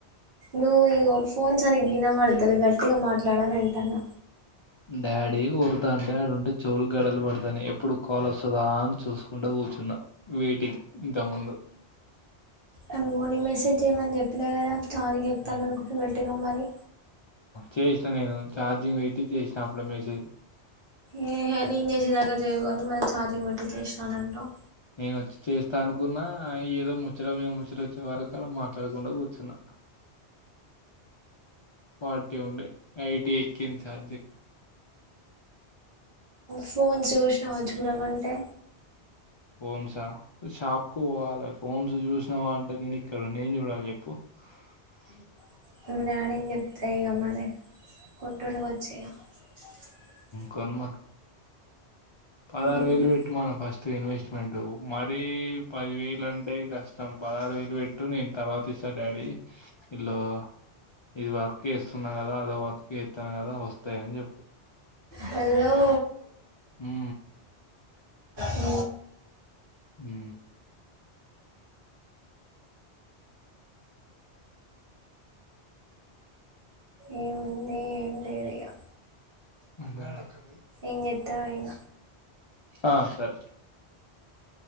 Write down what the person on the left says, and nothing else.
డాడీ <unintelligible> డాడీ ఉంటే చెవులు గడలు పడతాను ఎప్పుడు కాల్ వస్తుందా అని చూసుకుంట కూర్చున్న వెయిటింగ్ ఇంత ముందు
ఉమ్
చేసినా నేను చార్జంగ్ పెట్టి చేసిన అప్పుడే మేసే
నేను వచ్చి చేస్త అనుకున్నా ఏదో ముచ్చటా నేను ముచ్చట వచ్చే వరకు అలా మాట్లాడకుంట కుచ్చున్న ఫోర్టీ ఉండే <unintelligible> ఎక్కింది చార్జి
ఫోన్స షాప్ కు పోవాలి ఫోన్స్ చూసినావా అంటే నేను ఇక్కడ నేను వుండి ఎం చూడాలి చెప్పు అ
కొన్న పదారు
వేలు పెట్టుమాను ఫస్ట్ ఇన్వెస్ట్మెంట్ మ <unintelligible> పదివేలు అంటే కష్టం పదహారు వేలు పెట్టు నేను తర్వాత ఇస్తాను డాడీ ఇలో ఇది వర్క్ చేస్తున్నా కదా అదో వర్క్ చేస్తాను కదా వస్తాయి అని చెప్
ఉ ఊ
హు
<unintelligible>
ఆ సరే